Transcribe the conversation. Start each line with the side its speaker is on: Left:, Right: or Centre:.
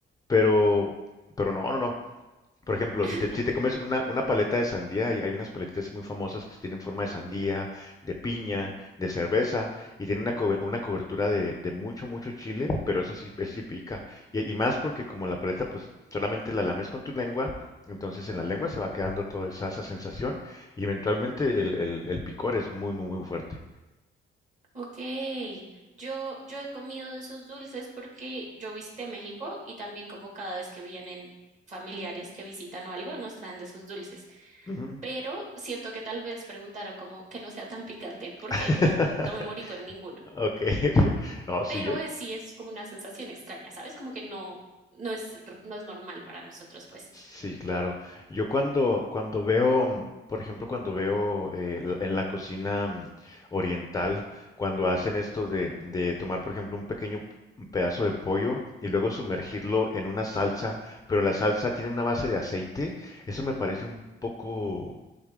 Left: Pero, pero no, no, no. Por ejemplo,
Right: <laughs>
Left: si te, si te comes una, una paleta de sandía, hay, hay unas paletitas así muy famosas que tienen forma de sandía, de piña, de cerveza, y tienen una, cobe- una cobertura de, de mucho, mucho chile, pero ese sí, ese sí pica. Y, y más porque como la paleta, pues solamente la lames con tu lengua, entonces en la lengua se va quedando toda esa, esa sensación, y eventualmente el, el- el picor es muy, muy, muy fuerte.
Right: Ok, yo, yo he comido de esos dulces porque yo visité México y también como cada vez que vienen familiares que visitan o algo, nos traen de esos dulces.
Left: Ujú.
Right: Pero siento que tal vez preguntaron como que no sea tan picante porque
Left: <laughs>
Right: no, no me morí con ninguno.
Left: Ok, ok. No, sí,
Right: pero
Left: yo,
Right: eh, sí es como una sensación extraña, ¿sabes? Como que no, no es, r- no es normal para nosotros, pues.
Left: Sí, claro. Yo cuando, cuando veo, mm, por ejemplo, cuando veo eh, la- en la cocina mm, oriental, cuando hacen esto de, de tomar, por ejemplo, un pequeño pedazo de pollo y luego sumergirlo en una salsa, pero la salsa tiene una base de aceite, eso me parece un poco,